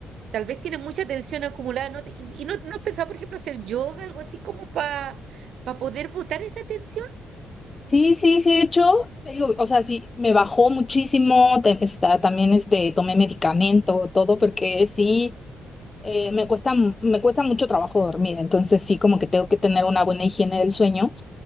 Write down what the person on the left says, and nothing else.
Sí, sí, sí, de hecho, te digo, o sea, sí, me bajó muchísimo, te- está, también este, tomé medicamento, todo, porque sí, eh, me cuesta, m- me cuesta mucho trabajo dormir, entonces sí, como que tengo que tener una buena higiene del sueño.